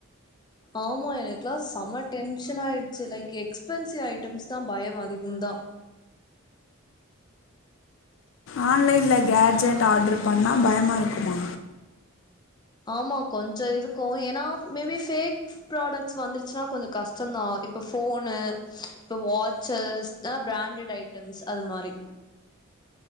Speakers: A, on the left; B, on the left.
A: ஆமா எனக்குலா செம டென்ஷன் ஆயிடுச்சு லைக் எக்ஸ்பென்சிவ் ஐட்டம்ஸ் தா பயம் அதிகம் தா
B: ஆன்லைன்ல கேட்ஜெட் ஆட்ரு பண்ணா பயமா இருக்குமா
A: ஆமா கொஞ்சொ இருக்கு ஏனா மேபி ஃபேக் ப்ராடக்ட்ஸ் வந்துருச்னா கொஞ்சோ கஷ்டோந்தா இப்ப ஃபோனு இப்ப வாட்சஸ் ஆ பிராண்டட் ஐட்டம்ஸ் அது மாரி